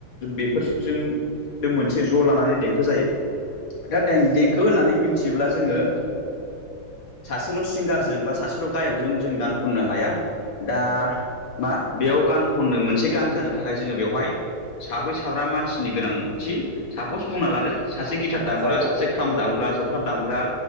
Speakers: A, on the left; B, on the right.
A: बेफोरजों जो मोनसे ज' लानानै देंखो जायो। दा देंखो होननानै मिथियोब्ला जोङो सासेल' सिंगारजों बा सासेल' गायकजों जों गान खननो हाया। दा मा बेयाव गान खननो मोनसे गान जानो थाखाय जोङो बेवहाय साब्रै साब्रा मानसिनि गोनांथि सापस बुंना लादो सासे गिटार दामग्रा
B: जायो
A: सासे
B: जायो
A: खामग्रा
B: औ औ
A: जथा
B: नोंथां
A: दामग्रा